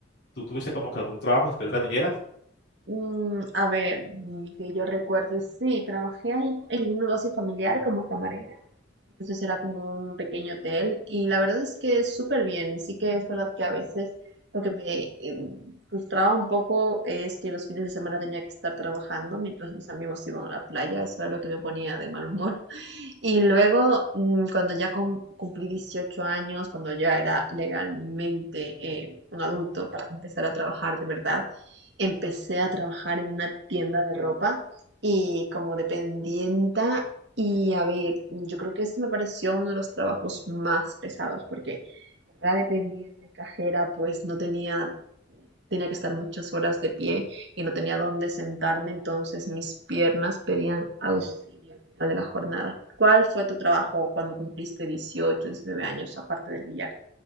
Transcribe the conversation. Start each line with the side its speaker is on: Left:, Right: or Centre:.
Left: ¿Tú tuviste como que algún trabajo después de las niñeras?
Right: Mm, a ver, mm, que yo recuerde, sí, trabajé ahí en un negocio familiar como camarera, entonces era como un pequeño hotel y la verdad es que es súper bien, sí que es verdad que a veces lo que me eh, frustraba un poco es que los fines de semana tenía que estar trabajando mientras mis amigos iban a la playa, eso era lo que me ponía de mal humor, y luego, mm, cuando ya cum- cumplí 18 años, cuando ya era legalmente eh, un adulto para empezar a trabajar de verdad, empecé a trabajar en una tienda de ropa y como dependienta. Y a ver, yo creo que ese me pareció uno de los trabajos más pesados porque como era dependiente, cajera, pues no tenía, tenía que estar muchas horas de pie y no tenía dónde sentarme, entonces mis piernas pedían auxilio al de la jornada. ¿Cuál fue tu trabajo cuando cumpliste 18 19 años, aparte del billar?